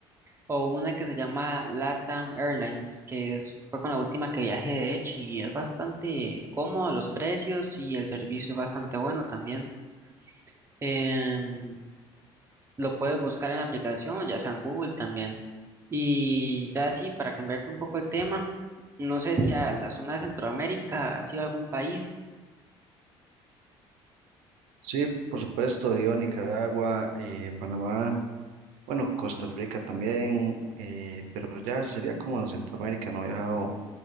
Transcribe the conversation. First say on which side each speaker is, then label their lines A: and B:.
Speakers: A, on the right; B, on the right.
A: O una que se llama LATAM Airlines, que es, fue con la última que viajé de hecho y es bastante cómodo los precios y el servicio es bastante bueno también. Em, lo puedes buscar en la aplicación, ya sea en Google también. Y ya sí, para cambiarte un poco el tema, no sé si a la zona de Centroamérica ha sido algún país.
B: Sí, por supuesto, yo a Nicaragua, eh, Panamá, bueno, Costa Rica también, eh, pero ya eso sería como en Centroamérica, no he viajado